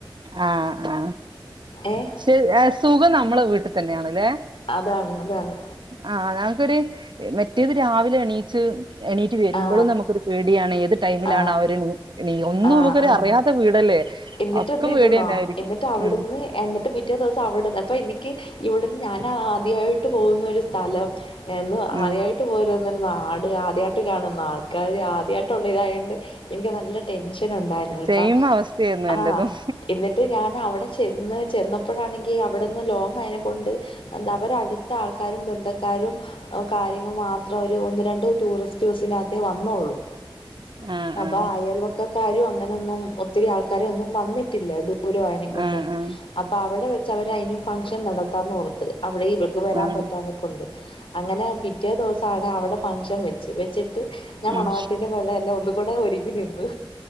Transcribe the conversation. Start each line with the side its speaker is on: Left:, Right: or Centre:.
Right: ആഹ് ആഹ്
Left: ഏഹ്
Right: ശരി ഏ സുഖം നമ്മളെ വീട്ട് തന്നെണ്ല്ലേ
Left: അതാണ് അതാണ്
Right: ആഹ് ന മുക്കൊരു മറ്റേത് രാവിലെ എണീച്ച് എണീക്കു എണീറ്റ് വരുമ്പളും
Left: ആ
Right: നമുക്കൊരു പേടിയാണ് ഏത് ടൈമിലാണ്
Left: ആ
Right: അവര് നീ ഒന്നും
Left: ആഹ്
Right: നമുക്കൊരുഅറിയാത്ത
Left: ആഹ്
Right: വീടല്ലേ
Left: എന്നിട്ട്
Right: ഒക്കെ
Left: എന്ത് ചെയ്തുന്നോ
Right: പേടി തന്നായിരിക്കും
Left: എന്നിട്ട് അവിടുന്ന്
Right: ഉം
Left: എന്നിട്ട് പിറ്റേ ദിവസം അവിടുന്ന് അപ്പൊ എനിക്ക് ഇവിടുന്ന് ഞാൻ ആദ്യമായിട്ട് പോകുന്ന ഒരു സ്ഥലം എന്ന്
Right: ഉം
Left: ആദ്യയിട്ട് പോരുന്നരു നാട് ആദ്യയിട്ട് അതിയായിട്ട് കാണുന്ന ആൾക്കാാര് ആദ്യയിട്ടുള്ള ഇതായണ്ട് എനിക്ക് നല്ല ടെൻഷൻ ഉണ്ടായിരുന്നു കേട്ടോ
Right: സെയിം അവസ്ഥയായിരുന്നു എന്റതും
Left: ആഹ എന്നിട്ട് ഞാൻവിടെ ചെന്ന് ചെന്നപ്പോഴാണെങ്കിൽ അവിടെന്ന് ലോങ്ങായ്ന കൊണ്ട് എന്താ അവര അടുത്ത ആൾക്കാരും ബന്ധക്കാരും കാര്യങ്ങൾ മാത്രം ഒരു ഒന്ന് രണ്ട് ടൂറിസ്റ്റ് ടൂറിസ്റ്റ് ബസ്സിലകത്തെ വന്നോള്ളൂ
Right: ആഹ്
Left: അപ്പൊ
Right: ആഹ്
Left: അയൽവക്കക്കാരും അങ്ങനെയൊന്നും ഒത്തിരി ആൾക്കാരെന്നും വന്നിട്ടില്ല ഇത് ദൂരുവായ്നക്കൊണ്ടേ
Right: ആഹ് ആഹ്
Left: അപ്പൊ അവിടെ വെച്ച് അവര് അതിന് ഫംഗ്ഷൻ നടത്താന്ന് ഓർത്തത് അവിടെ ഇവർക്ക് വരാൻ
Right: ആഹ്
Left: പറ്റാനൊക്കെുണ്ട് അങ്ങനെ പിറ്റേ ദിവസം ആണ് അവിടെ ഫങ്ഷൻ വെച്ച് വെച്ചിട്ട് ഞാൻ
Right: ഉം
Left: മണവാട്ടിൻ്റെ പോലെ തന്നെ ഒന്നുകൂടെ ഒരുങ്ങി നിന്നു